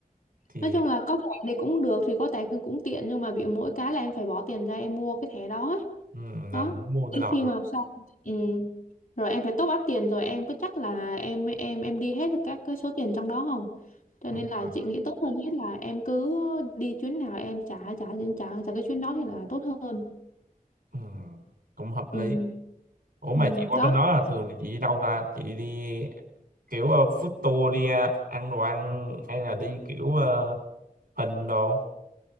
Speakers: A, on the right; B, on the left.
A: thì
B: nói chung là có thẻ thì cũng được thì có thẻ cũng cũng tiện nhưng mà bị mỗi cái là em phải bỏ tiền ra em mua cái thẻ đó ấy
A: ừ, là
B: đó
A: mình cũng mua
B: đến
A: từ đầu
B: khi
A: luôn
B: mà học xong ừ. rồi em phải top up tiền rồi em có chắc là em em em đi hết được các cái số tiền trong đó không cho
A: đúng
B: nên là
A: rồi
B: chị nghĩ tốt hơn hết là em cứ đi chuyến nào em trả trả trả trả cái chuyến đó thì là tốt hơn
A: ừ, cũng hợp
B: ừ.
A: lý Ủa mà
B: Ừ.
A: chị qua
B: đó
A: bên đó là thường là chị đi đâu ta? Chị đi kiểu ờ, food tour đi à, ăn đồ ăn hay là đi kiểu ờ, hình đồ?